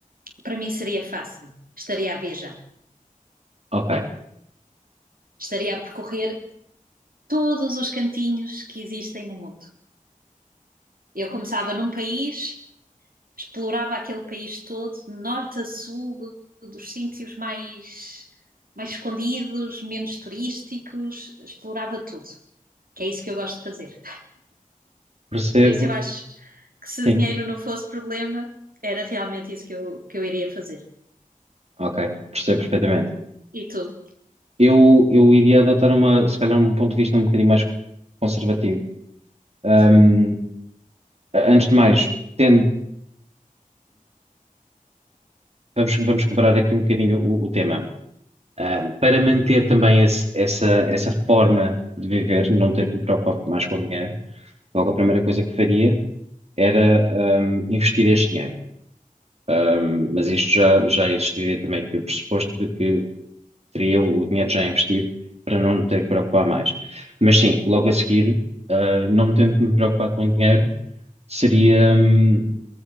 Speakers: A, on the right (about 85°); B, on the right (about 45°).
A: para mim seria fácil. Estaria a viajar.
B: Ok,
A: Estaria a percorrer todos os cantinhos que existem no mundo. Eu começava num país, explorava aquele país todo, de norte a sul, dos sítios mais, mais escondidos, menos turísticos, explorava tudo. Que é isso que eu gosto de fazer.
B: percebo.
A: Por isso eu acho que se
B: Sim,
A: dinheiro não fosse problema, era realmente isso que eu, que eu iria fazer.
B: ok, percebo perfeitamente.
A: E tu?
B: Eu, eu iria adotar uma, se calhar, um ponto de vista um bocadinho mais conservativo Um,
A: Hum,
B: antes de mais, tendo- vamos, vamos quebrar aqui um bocadinho o, o tema. Um, para manter também esse- essa, essa forma de viver, não ter que me preocupar mais com o dinheiro, logo
A: uhum.
B: a primeira coisa que faria era um, investir este dinheiro. Um, mas isto já, já existiria também aqui o pressuposto de que teria o dinheiro já investido para não me ter que preocupar mais. Mas sim, logo a seguir, uh, não tendo que me preocupar com dinheiro, seria, um,